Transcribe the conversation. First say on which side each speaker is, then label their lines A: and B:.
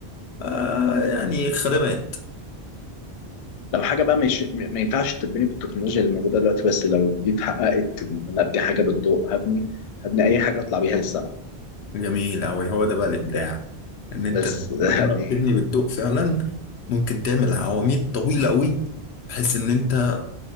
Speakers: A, on the left (about 75°); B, on the left (about 55°).
A: آه يعني خدمات
B: لو حاجه بقى مش ما ينفعش تتبني بالتكنولوجيا اللي موجوده دلوقتي بس لو دي اتحققت إن انا ابني حاجه بالضوء هبني هبني اي حاجه اطلع بيها للسما
A: جميل أوي هو ده بقى الإبداع إن أنت
B: بس
A: لما بتعرف
B: <laughs> دي
A: تبني بالضوء فعلا ممكن تعمل عواميد طويلة أوي بحيث إن أنت